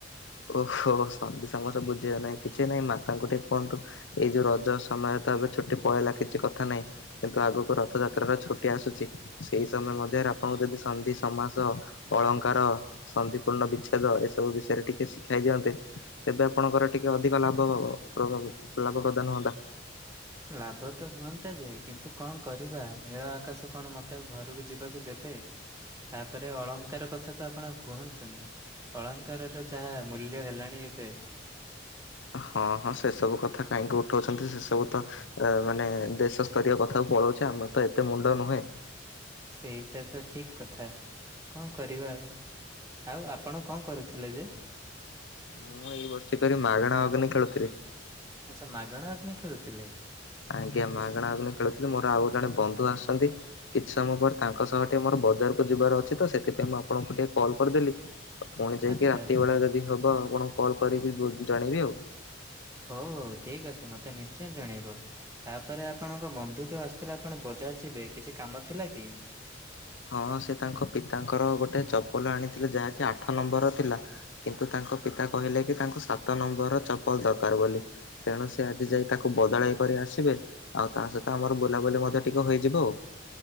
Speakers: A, on the left; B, on the right.
A: ଓହୋ ସମାସ ବୁଝିବା କିଛିନାଇଁ ମାତାଙ୍କୁ ଟିକେ କୁହନ୍ତୁ, ଏଇ ଯୋଉ ରଜ ସମୟର ତ ଏବେ ଛୁଟି ପଳେଇଲାନି କିଛି କଥା ନାହିଁ କିନ୍ତୁ ଆଗକୁ ରଥଯାତ୍ରାର ଛୁଟି ଆସୁଛି, ସେଇ ସମୟ ମଧ୍ୟରେ ଆପଣଙ୍କୁ ଯଦି ସନ୍ଧି ସମାସ ଅଳଙ୍କାର ସନ୍ଧିପୂର୍ଣ୍ଣ ବିଚ୍ଛେଦ ଏସବୁ ବିଷୟରେ ଟିକେ ଶିଖାଇ ଦିଅନ୍ତେ ତେବେ ଆପଣଙ୍କର ଟିକେ ଅଧିକ ଲାଭ ହେବ ଲାଭ ପ୍ରଦାନ ହଅନ୍ତା।
B: ଲାଭ ତ ହୁଅନ୍ତା, ଯେ କିନ୍ତୁ କଣ କରିବା ନୀଳ ଆକାଶ କଣ ମତେ ଆଉ ଘରକୁ ଯିବାକୁ ଦେ ବେ, ତାପରେ ଅଳଙ୍କାର କଥା ତ ଆପଣ ଆଉ କୁହନ୍ତୁନି! ଅଳଙ୍କାରର ଯାହା ମୂଲ୍ୟ ହେଲାଣି ଏବେ
A: ହଁ ହଁ ସେ ସବୁ କଥା କାହିଁକି ଉଠଉଛନ୍ତି, ସେ ସବୁ ତ ଏ ମାନେ ଦେଶ ସ୍ତରୀୟ କଥା ପଳଉଚି ଆମର ତ ଏତେ ମୁଣ୍ଡ ନୁହେଁ
B: ସେଇଟା ତ ଠିକ କଥା କଣ କରିବା। ଆଉ ଆପଣ କଣ କରୁଥିଲେ ଯେ?
A: ମୁଁ ଏଇ ବସିକରି ମାଗଣା ଅଗ୍ନି ଖେଳୁଥିଲି।
B: ଆଚ୍ଛା ମାଗଣା ଅଗ୍ନି ଖେଳୁଥିଲେ?
A: ଆଜ୍ଞା ମାଗଣା ଅଗ୍ନି ଖେଳୁଥିଲି, ମୋର ଆଉ ଜଣେ ବନ୍ଧୁ ଆସଛନ୍ତି, କିଛି ସମୟ ପରେ ତାଙ୍କ ସହ ଟିକେ ମୋର ବଜାରକୁ ଯିବାର ଅଛି ତ, ସେଥିପାଇଁ ମୁଁ ଆପଣଙ୍କୁ ଟିକେ କଲ୍ କରିଦେଲି। ପୁଣି ଯାଇକି
B: ଆଚ୍ଛା
A: ରାତି
B: ଆଚ୍ଛା
A: ବେଳା ଯଦି ହବ, ଆପଣଙ୍କୁ କଲ କରିକି ଜଣେଇବି ଆଉ
B: ହଉ ହଉ ଠିକ ଅଛି ମତେ ନିଶ୍ଚୟ ଜଣେଇବ, ତାପରେ ଆପଣଙ୍କ ବନ୍ଧୁ ଯୋଉ ଆସିଥିଲେ ଆପଣ ବଜାର ଯିବେ, କିଛି କାମ ଥିଲା କି?
A: <inaudible> ହଁ ସେ ତାଙ୍କ ପିତାଙ୍କର ଗୋଟେ ଚପଲ ଆଣିଥିଲେ, ଯାହାକି ଆଠ ନମ୍ବରର ଥିଲା କିନ୍ତୁ ତା ତାଙ୍କ ପିତା କହିଲେ କି ତାଙ୍କୁ ସାତ ନମ୍ବର ଚପଲ ଦରକାର ବୋଲି, ତେଣୁ ସେ ଆଜି ଯାଇ ତାକୁ ବଦଳାଇ କରି ଆସିବେ, ଆଉ ତା ସହିତ ଆମର ବୁଲାବୁଲି ମଧ୍ୟ ଟିକେ ହୋଇଯିବ ଆଉ